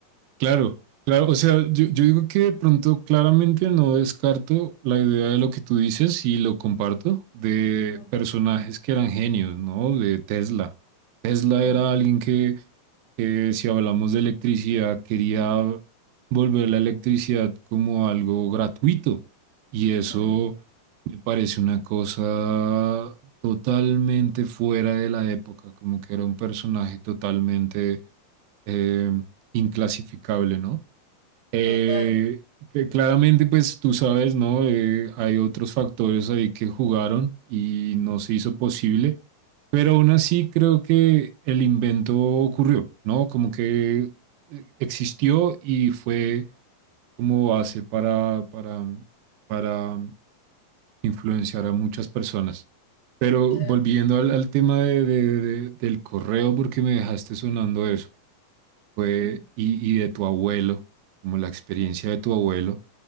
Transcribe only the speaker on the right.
claro, claro. O sea, yo, yo digo que de pronto claramente no descarto la idea de lo que tú dices y lo comparto, de
personajes que eran genios, ¿no? De Tesla. Tesla
era alguien que que si hablamos de electricidad, quería volver la electricidad como algo gratuito. Y eso
me parece una cosa totalmente fuera de la época, como que era un personaje totalmente eh, inclasificable, ¿no? Eh,
que claramente, pues tú sabes, ¿no? Eh, hay otros factores ahí que jugaron y no se hizo posible. Pero aún así creo que el invento ocurrió, ¿no? Como que eh, existió y fue como base para, para, para influenciar a muchas personas. Pero
volviendo al, al tema de- de- de- del correo, porque me dejaste sonando eso, fue,
y, y de tu abuelo, como la experiencia
de tu abuelo,